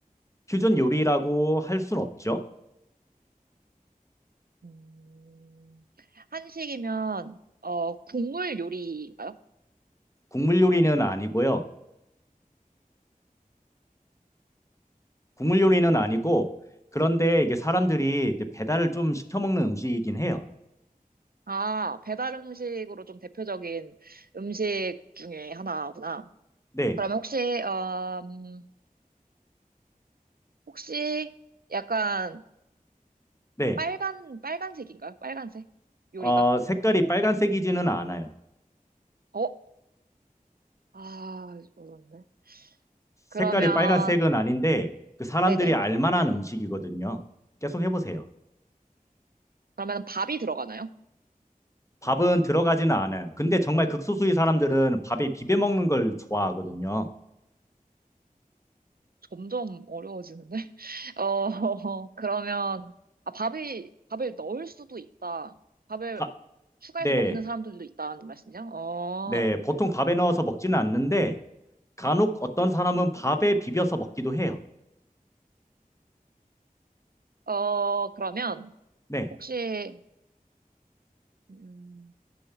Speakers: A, on the left; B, on the right.
A: 퓨전 요리라고 할 순 없죠.
B: 음, 한식이면, 어, 국물 요리인가요?
A: 국물 요리는 아니고요. 국물 요리는 아니고, 그런데 이게 사람들이 이제 배달을 좀 시켜 먹는 음식이긴 해요.
B: 아, 배달 음식으로 좀 대표적인 음식 중에 하나구나.
A: 네,
B: 그러면 혹시, 어, 음, 혹시 약간
A: 네.
B: 빨간, 빨간색인가요? 빨간색? 요리가?
A: 어, 색깔이 빨간색이지는 않아요.
B: 어? 아, 어려운데. 그러면,
A: 색깔이 빨간색은 아닌데 그 사람들이
B: 네네.
A: 알만한 음식이거든요. 계속 해보세요.
B: 그러면 밥이 들어가나요?
A: 밥은 들어가지는 않아요. 근데 정말 극소수의 사람들은 밥에 비벼 먹는 걸 좋아하거든요.
B: 점점 어려워지는데? <laughs> 어, 그러면, 아, 밥이, 밥을 넣을 수도 있다. 밥을
A: 바-
B: 추가해서
A: 네,
B: 먹는 사람들도 있다는 말씀이죠? 어,
A: 네, 보통 밥에 넣어서 먹지는 않는데 간혹 어떤 사람은 밥에 비벼서 먹기도 해요.
B: 어, 그러면,
A: 네,
B: 혹시, 음,